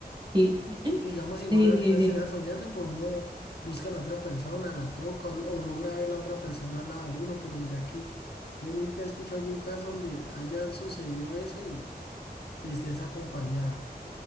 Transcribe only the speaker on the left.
Porque digamos, si fuera
que
uno estará soñando, pues uno busca a la otra persona, la toca o, o logra ver la otra persona al lado de uno. Pero mira que yo nunca he escuchado de un caso donde haya sucedido eso y, y estés acompañada.